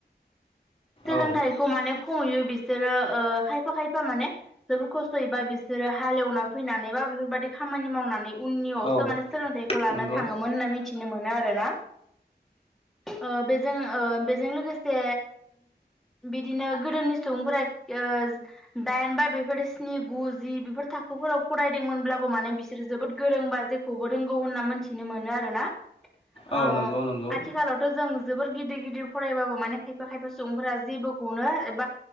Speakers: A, in the centre; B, on the left (about 35°).
A: सोलोंथाइखौ
B: औ
A: माने खमैयो बिसोरो ओ खफा खायफा माने जोबोर खस्थ'यैबा बिसोरो हालेवना फैनानै बा बेफोरबायाददि खामानि मावनानै उननियावसो
B: औ
A: माने सोलोंथाइखौ लानो
B: नंगौ
A: थाङोमोन होनना मिथिनो मोनो आरो ना। ओ बेजों ओ बेजों लोगोसे बिदिनो गोदोनि सुबुंफोरा ओ दाइन बा बेफोरदि स्नि, गु, जि बेफोर थाखोफोराव फरायदोंमोनब्लाबो माने बिसोरो जोबोद गोरों बा जेखौबो रोंगौ होनना मिथिनो मोनो आरोना
B: औ
A: ओ
B: नंगौ नंगौ
A: आथिखालावथ' जों जोबोर गिदिर-गिदिर फरायबाबो माने खायफा-खायफा सुबुंफोरा जेबोखौनो एबा